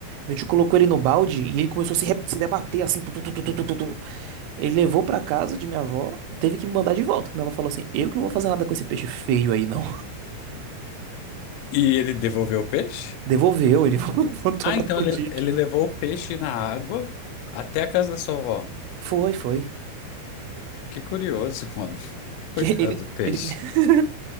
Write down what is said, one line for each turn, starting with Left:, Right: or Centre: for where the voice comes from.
Right: Meu tio colocou ele no balde e ele começou a se, re- se debater assim. tu, tu, tu, tu, tu, tu, tu, tu. Ele levou pra casa de minha avó, teve que me mandar de volta. Que minha avó falou assim: Eu que não vou fazer nada com esse peixe feio aí, não.
Left: E ele devolveu o peixe?
Right: Devolveu, ele <laughs> voltou
Left: Ah,
Right: lá
Left: então
Right: pro
Left: ele,
Right: Dick.
Left: ele levou o peixe na água até a casa da sua avó.
Right: Foi, foi.
Left: Que curioso, mano. <laughs> Coitado
Right: Que ele,
Left: do peixe.
Right: ele... <laughs>